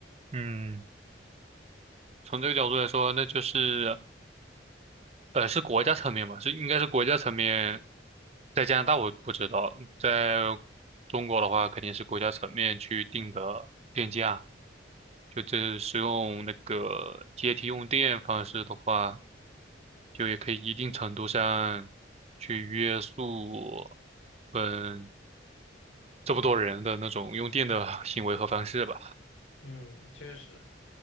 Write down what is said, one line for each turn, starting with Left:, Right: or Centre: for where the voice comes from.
Right: 嗯，从这个角度来说，那就是呃是国家层面吧，是应该是国家层面。在加拿大我不知道，在中国的话肯定是国家层面去定的电价。就这是用那个阶梯用电方式的话，就也可以一定程度上去约束，嗯，这么多人的那种用电的行为和方式吧。
Left: 嗯，确实，